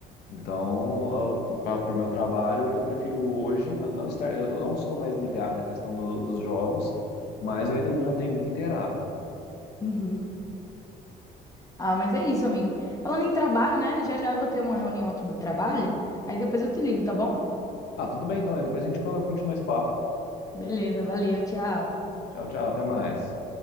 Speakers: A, on the left (about 75°); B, on the left (about 20°).
A: Então, para o meu trabalho, eu prefiro hoje não, não estar, eu não estou mais ligado à questão do- dos jogos, mas eu ainda não tenho muito inteirado.
B: Uhum. Ah, mas é isso, amigo. Falando em trabalho, né? Já já eu vou ter uma reunião aqui do trabalho, aí depois eu te ligo, tá bom?
A: Ah, tudo bem então, né? Depois a gente co- continua esse papo.
B: Beleza, valeu, tchau.
A: Tchau, tchau, até mais.